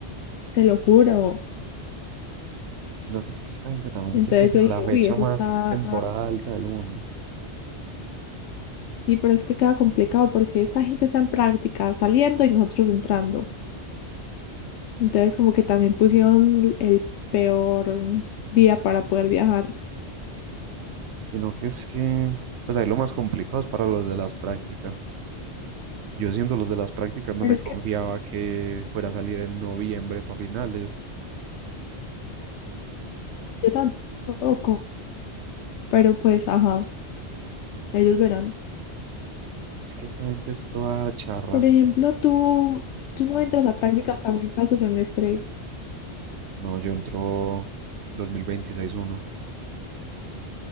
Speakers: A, on the left; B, on the right.
A: te lo juro.
B: Sino que es que esta gente también
A: Entonces
B: quiere ir
A: yo dije,
B: a la fecha
A: uy, eso
B: más
A: está
B: temporada alta del mundo.
A: Sí, pero es que queda complicado porque esa gente está en práctica saliendo y nosotros entrando. Entonces, como que también pusieron l- el peor mm, día para poder viajar.
B: Sino que es que, pues ahí lo más complicado es para los de las prácticas. Yo siendo los de las prácticas no
A: Pero
B: me
A: es
B: confiaba
A: que
B: que fuera a salir en noviembre para finales.
A: yo tampoco. Pero pues, ajá, ellos verán.
B: Es que esta gente es toda charra.
A: Por ejemplo, tú, tú no entras a prácticas también para ese semestre.
B: No, yo entro dos mil veintiséis uno.